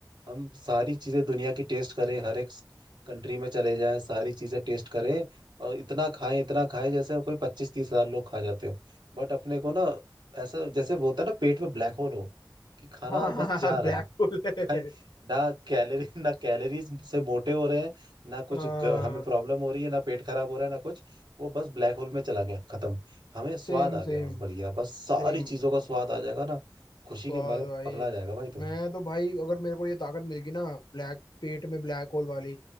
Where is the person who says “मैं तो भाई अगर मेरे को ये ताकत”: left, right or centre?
Left